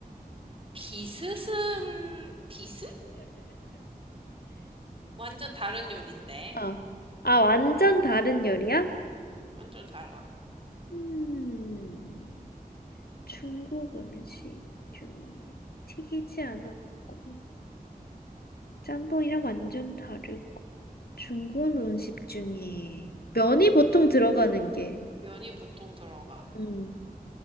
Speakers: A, on the right; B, on the left.
A: 비스은, 비스? 완전 다른 요리인데.
B: 어. 아, 완전 다른 요리야?
A: 완전 달라.
B: 음, 중국 음식 중에 튀기지 않았고. 짬뽕이랑 완전 다르고. 중국 음식 중에 면이 보통 들어가는 게,
A: 면이 보통 들어가.
B: 음,